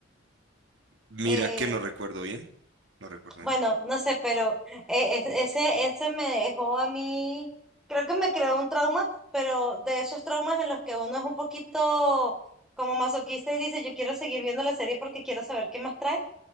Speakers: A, on the right; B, in the centre.
A: Mira
B: Eh,
A: que no recuerdo bien. No recuerdo bien.
B: Bueno, no sé, pero eh, es- ese, ese me dejó a mí, creo que me creó un trauma, pero de esos traumas en los que uno es un poquito como masoquista y dice, yo quiero seguir viendo la serie porque quiero saber qué más trae.